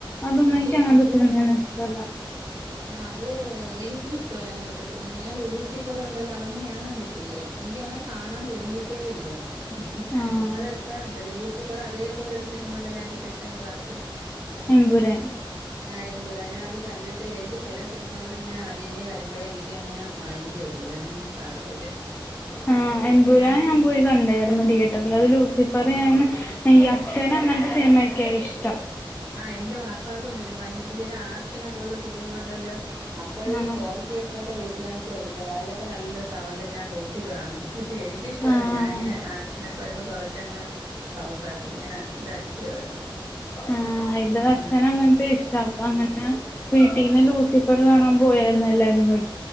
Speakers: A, on the left; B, on the right.
A: അതൊന്നും
B: പക്ഷെ
A: എനിക്ക് അങ്ങനത്തെ
B: അത്,
A: സിനിമയൊന്നും ഇഷ്ടല്ല
B: ആഹ് അത് എനിക്കും ഇഷ്ടമല്ല അങ്ങനത്തെ സിനിമ, ഞാൻ ലൂസിഫറുണ്ടല്ലോ അതൊന്നും ഞാൻ കണ്ടിട്ടില്ല, എനിക്കങ്ങനെ കാണാൻ തോന്നി ട്ടേ ഇല്ല. ഹ ഹ,
A: ആഹ്
B: അതെന്താ എന്തോ ലൂസിഫർ അതേപോലൊരു സിനിമ ഉണ്ടല്ലോ അതിന്റെ സെക്കൻ പാർട്ട്
A: എമ്പുരാൻ
B: നായമ്പുര, ഞാൻ അത് കണ്ടിട്ടില്ല. എനിക്ക് ചില സിനിമകളിന്ന് ഇങ്ങനെ ആദ്യമേവ വരുമ്പോഴ എനിക്ക് അങ്ങനെ മൈന്റ് വരൂല. അങ്ങനെ ഞാൻ കാണൂല.
A: ആ. എമ്പുരാൻ ഞാൻ പോയി കണ്ടായിരുന്നു തിയേറ്ററിൽ. അത് ലൂസിഫർ ഞാൻ, ഈ അച്ഛനങ്ങനത്തെ സിനിമ സിനിമേക്കെ ഇഷ്
B: ആഹ് എന്റെ വാപ്പാക്കും അങ്ങനെയാണ്. ഭയങ്കര ആക്ഷനൊക്കെള്ള സിനിമ ഉണ്ടല്ലോ. അപ്പോഴ
A: ആഹ്
B: ഈ ഹോം തിയേറ്ററൊക്കെ വീട്ടി വാങ്ങിച്ച് വെച്ചിട്ടുണ്ട്. അതിലൊക്കെ നല്ല സൗണ്ട് എല്ലാം കൂട്ടി കാണും. എനിക്ക ഇഷ്ടല്ല
A: ആഹ്
B: ഞാനിങ്ങനെ ആക്ഷനൊക്കെ വരുമ്പോൾ കുറ ചങ്ങ് പൗസാക്കും. ഇങ്ങനെ ഇതടിച്ചു കളയും.
A: ആ ഇത്
B: ആഹ്
A: അച്ഛന അങ്ങനത്തെ ഇഷ്ടാ. അപ്പ അങ്ങനെ വീ വീട്ടീന്ന് ലൂസിഫർ കാണാൻ പോയായിരുന്നു എല്ലാരും കൂടി.